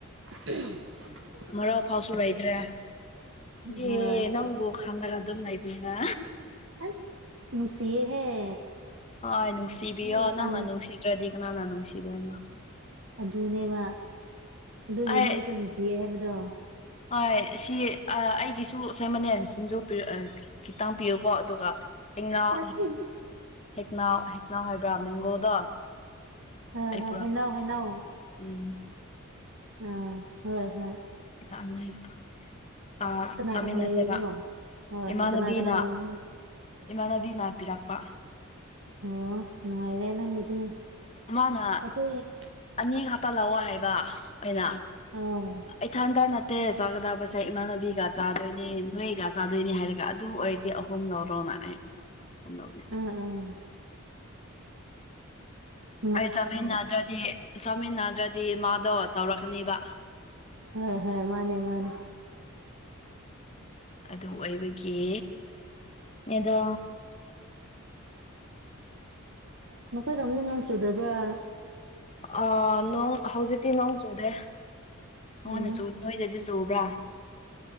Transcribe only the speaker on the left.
ꯃꯔꯣꯛꯐꯥꯎꯁꯨ ꯂꯩꯇ꯭ꯔꯦ ꯍꯥꯏꯗꯤ
ꯅꯪꯕꯨ ꯈꯪꯅꯒꯗ ꯂꯩ ꯄꯗ
ꯑ ꯅꯨꯡꯁꯤꯕꯤ
ꯑꯣ
ꯅꯪꯅ ꯅꯨꯡꯁꯤ ꯅꯠꯇ꯭ꯔꯗꯤ ꯀꯅꯥꯅ ꯅꯨꯡꯁꯤꯗꯣꯏꯅꯣ
ꯑꯩ
ꯍꯣꯏ ꯁꯤ ꯑꯩꯒꯤꯁꯨ ꯁꯃꯅꯦꯜꯁꯤꯡꯁꯨ ꯈꯤꯇꯪ ꯄꯤꯌꯨꯀꯣ ꯑꯗꯨꯒ ꯏꯅꯥꯎ
ꯍꯦꯛꯅꯥꯎ ꯍꯦꯛꯅꯥꯎ ꯍꯥꯏꯕ꯭ꯔꯥ ꯃꯦꯡꯒꯣꯗꯣ
ꯑꯩ
ꯄꯨꯔꯛꯀꯦ
ꯎꯝ
<unintelligible>
ꯆꯥꯃꯤꯟꯅꯁꯦꯕ
ꯏꯃꯥꯟꯅꯕꯤꯅ
ꯏꯃꯥꯟꯅꯕꯤꯅ ꯄꯤꯔꯛꯄ
ꯃꯥꯅ
ꯑꯅꯤ ꯍꯥꯞꯇ ꯂꯥꯛꯑꯣ ꯍꯥꯏꯕ ꯑꯩꯅ
ꯑꯩ ꯊꯥꯟꯗ ꯅꯠꯇꯦ ꯆꯥꯒꯗꯕꯁꯦ ꯏꯃꯥꯟꯅꯕꯤꯒ ꯆꯥꯗꯣꯏꯅꯦ ꯅꯣꯏꯒ ꯆꯥꯗꯣꯏꯅꯦ ꯍꯥꯏꯔꯒ ꯑꯗꯨ ꯑꯣꯏꯔꯗꯤ ꯑꯍꯨꯝ ꯂꯧꯔꯣꯅꯑ ꯑꯍꯨꯝ ꯂꯧꯅꯦꯕ
ꯑꯩ ꯆꯥꯃꯤꯟꯅꯗ꯭ꯔꯗꯤ ꯆꯠꯃꯤꯟꯅꯗ꯭ꯔꯗꯤ ꯃꯥꯗꯣ ꯇꯧꯔꯛꯀꯅꯤꯕ
ꯑꯗꯨ ꯑꯣꯏꯕꯒꯤ ꯅꯦꯗꯥ
ꯑ ꯅꯣꯡ ꯍꯧꯖꯤꯛꯇꯤ ꯅꯣꯡ ꯆꯨꯗꯦ ꯅꯉꯣꯟꯅ
ꯆꯨ ꯅꯣꯏꯗꯗꯤ ꯆꯨꯕ꯭ꯔꯥ